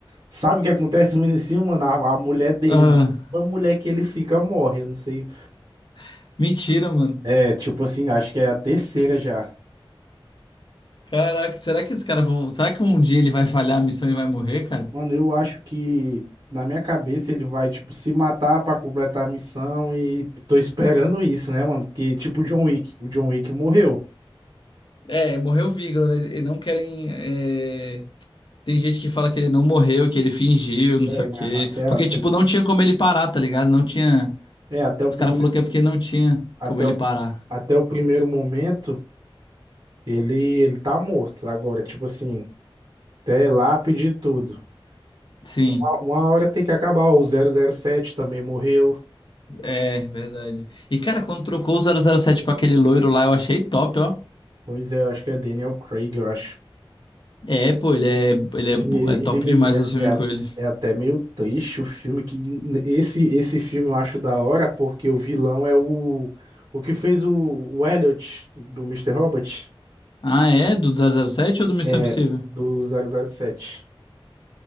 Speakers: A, on the right (about 60°); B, on the left (about 55°).
A: Sabe o que acontece muito nesse filme, mano? A, a mulher dele,
B: ah,
A: mano. A mulher que ele fica morre, eu não sei.
B: <laughs> mentira, mano.
A: É, tipo assim, acho que é a terceira já.
B: Caraca, será que esses caras vão. Será que um dia ele vai falhar a missão e vai morrer, cara?
A: Mano, eu acho que na minha cabeça ele vai, tipo, se matar pra completar a missão e tô esperando isso, né, mano? Porque, tipo, o John Wick. O John Wick morreu.
B: É, morreu o Vigor, né? Eles não querem. é, Tem gente que fala que ele não morreu, que ele fingiu, não
A: É,
B: sei o
A: mas
B: quê.
A: até,
B: Porque,
A: até,
B: tipo, não tinha como ele parar, tá ligado? Não tinha.
A: é, até o
B: Os
A: primeiro,
B: caras falaram que é porque não tinha
A: até
B: como ele
A: o,
B: parar.
A: até o primeiro momento, ele, ele tá morto agora, tipo assim, até lápide e tudo.
B: Sim,
A: Uma, uma hora tem que acabar. ó, O zero zero sete também morreu.
B: é verdade. E, cara, quando trocou o 007 pra aquele loiro lá, eu achei top, ó.
A: Pois é, eu acho que é Daniel Craig, eu acho.
B: É, pô, ele é, ele
A: Ele,
B: é, bo- é top
A: ele mesmo,
B: demais
A: é,
B: os filmes
A: é, a-
B: com ele.
A: é até meio triste o filme, que esse, esse filme eu acho da hora, porque o vilão é o, o que fez o, o Elliot do Mister Robot,
B: Ah, é? Do 007 ou do Missão
A: é,
B: Impossível?
A: do zero zero sete